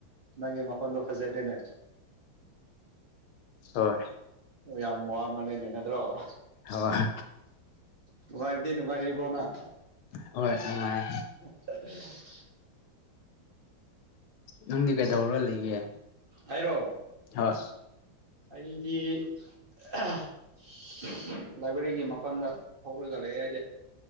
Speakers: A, on the right; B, on the left.
A: ꯅꯪꯒꯤ ꯃꯈꯣꯟꯗꯣ ꯐꯖꯗꯦꯅꯦ
B: ꯍꯣꯏ
A: ꯌꯥꯝ ꯋꯥ ꯃꯜꯂꯦꯅꯦ ꯅꯗ꯭ꯔꯣ <unintelligible>
B: ꯍꯣꯏ
A: ꯅꯨꯡꯉꯥꯏꯕꯗꯤ ꯅꯨꯡꯉꯥꯏꯔꯤꯕꯣ ꯅꯪ
B: ꯍꯣꯏ ꯅꯨꯉꯥꯏ
A: <unintelligible>
B: ꯅꯪꯗꯤ ꯀꯩꯗꯧꯔ ꯂꯩꯒꯦ
A: ꯑꯩꯔꯣ
B: ꯍꯣꯏ
A: ꯑꯩꯗꯤ ꯑꯍꯥ ꯍꯥ ꯍꯥ <unintelligible> ꯂꯥꯏꯕ꯭ꯔꯦꯔꯤꯒꯤ ꯃꯄꯜꯗ ꯊꯣꯛꯔꯒ ꯂꯩꯌꯦ ꯑꯩꯗꯤ